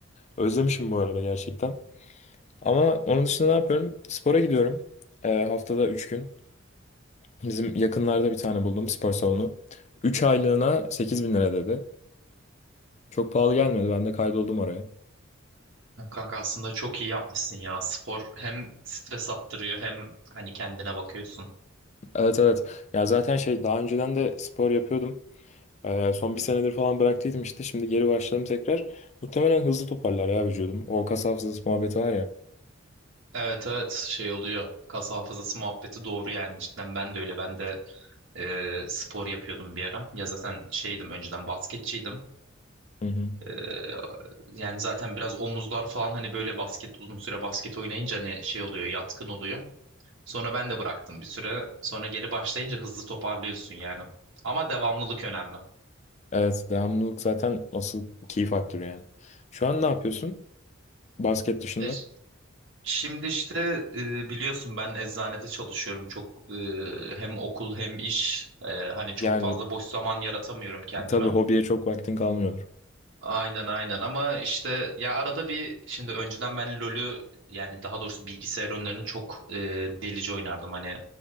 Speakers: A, on the left; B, on the right.
A: Özlemişim bu arada gerçekten. Ama onun dışında ne yapıyorum? Spora gidiyorum. Ee, haftada 3 gün. Bizim yakınlarda bir tane buldum spor salonu. üç aylığına sekiz bin lira dedi. Çok pahalı gelmedi. Ben de kaydoldum oraya.
B: Ya Kanka aslında çok iyi yapmışsın ya. Spor hem stres attırıyor hem hani kendine bakıyorsun.
A: Evet evet. Ya zaten şey daha önceden de spor yapıyordum. Ee, son bir senedir falan bıraktıydım işte. Şimdi geri başladım tekrar. Muhtemelen hızlı toparlar ya vücudum. O kas hafızası muhabbeti var ya.
B: Evet evet şey oluyor. Kas hafızası muhabbeti doğru yani cidden ben de öyle. Ben de Ee, spor yapıyordum bir ara. Ya zaten şeydim önceden basketçiydim.
A: Hı hı.
B: Ee, yani zaten biraz omuzlar falan hani böyle basket uzun süre basket oynayınca hani şey oluyor yatkın oluyor. Sonra ben de bıraktım bir süre. Sonra geri başlayınca hızlı toparlıyorsun yani. Ama devamlılık önemli.
A: Evet, devamlılık zaten asıl key faktörü yani. Şu an ne yapıyorsun? Basket dışında.
B: E, ş- şimdi işte e, biliyorsun ben eczanede çalışıyorum. Çok e, hem okul hem iş e, hani çok
A: Yani
B: fazla boş zaman yaratamıyorum kendime.
A: tabii hobiye çok vaktin kalmıyordur.
B: Aynen aynen ama işte ya arada bir şimdi önceden ben LoL'ü yani daha doğrusu bilgisayar oyunlarını çok e, delice oynardım hani